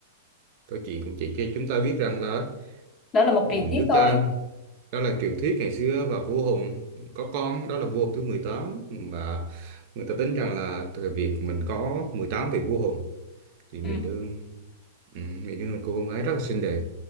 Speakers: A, on the right; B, on the left.
A: Câu chuyện cũng chỉ cho chúng ta biết rằng là
B: đó là một
A: Dạ,
B: truyền
A: nước
B: thuyết thôi.
A: ta đó là truyền thuyết ngày xưa và vua Hùng có con đó là vua Hùng thứ mười tám và người ta tính rằng là thời Việt mình có 18 vị vua Hùng thì Mỹ
B: Ừ,
A: Nương ừ, Mỹ Nương là cô con gái rất là xinh đẹp